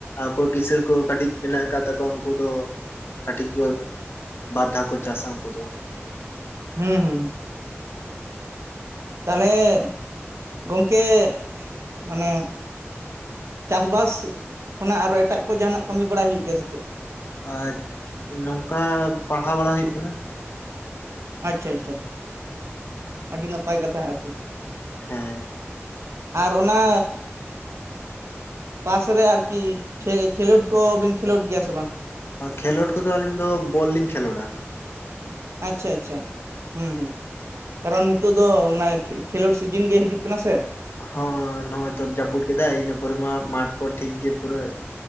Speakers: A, on the left (about 55°); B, on the right (about 75°).
A: ᱚᱠᱚᱭ ᱠᱤᱥᱟᱹᱲ ᱠᱚ ᱠᱟᱹᱴᱤᱡ ᱢᱮᱱᱟᱜ ᱟᱠᱟᱫ ᱛᱟᱠᱚᱣᱟ ᱩᱱᱠᱩ ᱫᱚ ᱠᱟᱹᱴᱤᱡ ᱠᱚ ᱵᱟᱨᱫᱷᱟ ᱠᱚ ᱪᱟᱥᱟ ᱩᱱᱠᱩ ᱫᱚ
B: ᱦᱩᱸ ᱦᱩᱸ ᱦᱩᱸ ᱛᱟᱞᱦᱮ ᱜᱚᱢᱠᱮ ᱢᱟᱱᱮ ᱪᱟᱥᱵᱟᱥ ᱠᱷᱚᱱᱟᱜ ᱟᱨᱚ ᱮᱴᱟᱜ ᱠᱚ ᱡᱟᱦᱟᱱᱟᱜ ᱠᱟᱹᱢᱤ ᱵᱟᱲᱟᱭ ᱦᱩᱭᱩᱜ ᱜᱮᱭᱟ ᱥᱮ ᱪᱮᱫ
A: ᱟᱪ ᱱᱚᱝᱠᱟ ᱯᱟᱲᱦᱟᱣ ᱵᱟᱲᱟ ᱦᱩᱭᱩᱜ ᱠᱟᱱᱟ
B: ᱟᱪᱪᱷᱟ ᱟᱪᱪᱷᱟ ᱟᱹᱰᱤ ᱱᱟᱯᱟᱭ ᱠᱟᱛᱷᱟ ᱟᱨᱠᱤ
A: ᱦᱮᱸ
B: ᱟᱨ ᱩᱱᱼᱟ ᱯᱟᱥ ᱨᱮ ᱟᱨᱠᱤ ᱠᱷᱮᱼ ᱠᱷᱮᱞᱳᱰ ᱠᱚᱵᱤᱱ ᱠᱷᱮᱞᱳᱰ ᱜᱮᱭᱟ ᱥᱮ ᱵᱟᱝ
A: ᱠᱷᱮᱞᱳᱰ ᱠᱚᱫᱚ ᱟᱹᱞᱤᱧ ᱫᱚ ᱵᱚᱞ ᱞᱤᱧ ᱠᱷᱮᱞᱳᱰᱟ
B: ᱟᱪᱪᱷᱟ ᱟᱪᱪᱷᱟ ᱦᱮᱸ ᱦᱮᱸ ᱠᱟᱨᱚᱱ ᱱᱤᱛᱳ ᱫᱚ ᱚᱱᱟ ᱠᱷᱮᱞᱳᱰ ᱥᱤᱡᱤᱱ ᱜᱮ ᱦᱤᱡᱩᱜ ᱠᱟᱱᱟ ᱥᱮ
A: ᱦᱚᱸ ᱱᱚᱜ-ᱚᱭ ᱛᱚ ᱡᱟᱹᱯᱩᱫ ᱠᱮᱫᱟᱭ ᱤᱱᱟᱹ ᱯᱚᱨᱮ ᱢᱟᱴᱷ ᱠᱚ ᱴᱷᱤᱠ ᱜᱤ ᱯᱩᱨᱟᱹ